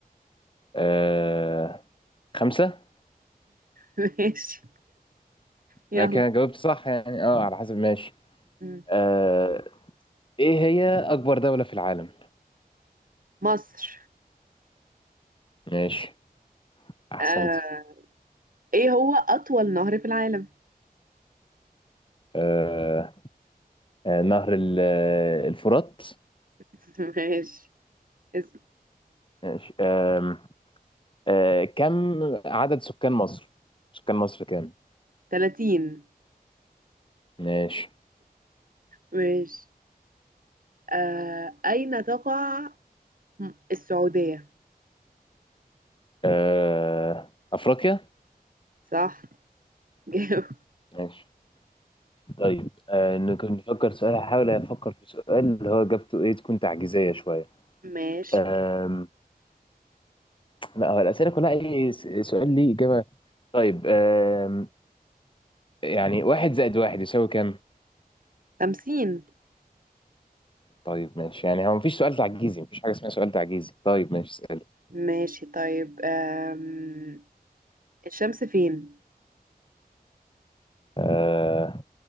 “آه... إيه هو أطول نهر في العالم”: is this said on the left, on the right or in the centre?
Right